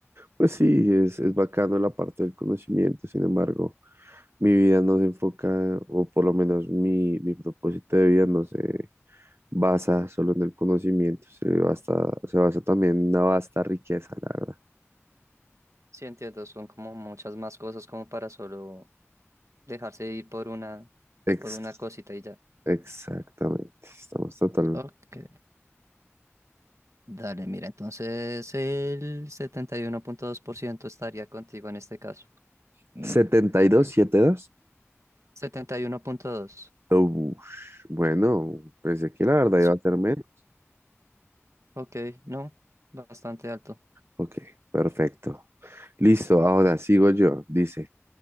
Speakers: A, on the right; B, on the right.
A: Pues sí, es, es bacano la parte del conocimiento, sin embargo, mi vida no se enfoca, o por lo menos mi, mi propósito de vida no se basa solo en el conocimiento, se basa, se basa también en una vasta riqueza, la verdad.
B: Sí, entiendo, son como muchas más cosas como para solo dejarse ir por una,
A: Ex-
B: por una cosita y ya.
A: exactamente, estamos totalmente.
B: Ok. Dale, mira, entonces el setenta y uno punto dos por ciento estaría contigo en este caso.
A: setenta y Mm, 72, 72.
B: Setenta y uno punto dos.
A: Ush, bueno, pensé que la verdad
B: Sí,
A: iba a ser menos.
B: ok, no, bastante alto.
A: Ok, perfecto. Listo, ahora sigo yo. Dice,